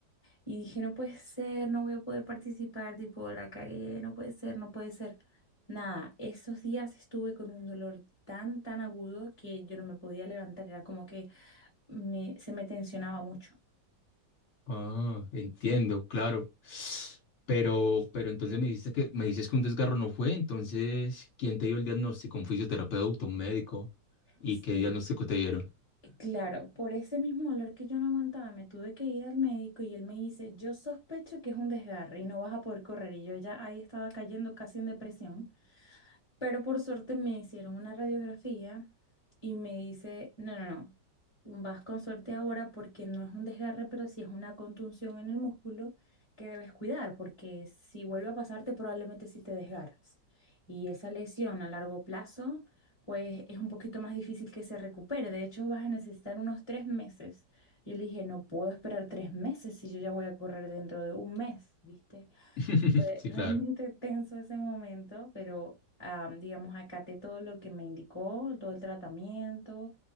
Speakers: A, on the left; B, on the left.
A: Y dije, no puede ser, no voy a poder participar, tipo, la cagué, no puede ser, no puede ser. Nada, esos días estuve con un dolor tan, tan agudo que yo no me podía levantar, era como que me, se me tensionaba mucho.
B: Ah, entiendo, claro. Pero, pero entonces me dices que me dices que un desgarro no fue, entonces, ¿quién te dio el diagnóstico? ¿Un fisioterapeuta, un médico? ¿Y
A: Sí,
B: qué diagnóstico te dieron?
A: claro, por ese mismo dolor que yo no aguantaba, me tuve que ir al médico y él me dice, yo sospecho que es un desgarre y no vas a poder correr. Y yo ya ahí estaba cayendo casi en depresión. Pero por suerte me hicieron una radiografía y me dice, no, no, no, vas con suerte ahora porque no es un desgarre, pero sí es una contunción en el músculo que debes cuidar, porque si vuelve a pasarte probablemente sí te desgarres. Y esa lesión a largo plazo, pues es un poquito más difícil que se recupere. De hecho, vas a necesitar unos tres meses. Yo le dije, no puedo esperar tres meses si yo ya voy a correr dentro de un mes, ¿viste?
B: <laughs>
A: Fue
B: Sí,
A: realmente
B: claro.
A: tenso ese momento, pero am, digamos, acaté todo lo que me indicó, todo el tratamiento,